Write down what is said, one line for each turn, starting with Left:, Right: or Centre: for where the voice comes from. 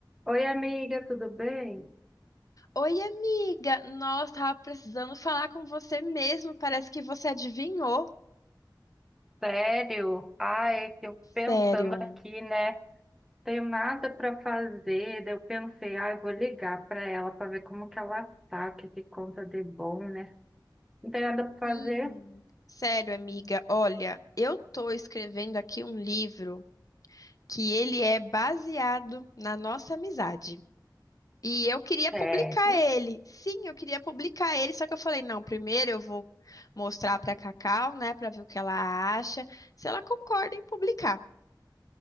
Centre: Oi, amiga, tudo bem?
Left: Oi, amiga! Nossa, tava precisando falar com você mesmo. Parece que você adivinhou.
Centre: Sério? Ah, é que eu pensando
Left: Sério.
Centre: aqui, né? Tenho nada para fazer. Daí eu pensei, ah, eu vou ligar para ela para ver como que ela tá, o que que conta de bom, né? Não tem nada para
Left: Sim.
Centre: fazer?
Left: Sério, amiga. Olha, eu tô escrevendo aqui um livro que ele é baseado na nossa amizade. E eu queria publicar
Centre: Sério?
Left: ele. Sim, eu queria publicar ele, só que eu falei, não, primeiro eu vou mostrar pra Cacau, né, pra ver o que ela acha, se ela concorda em publicar.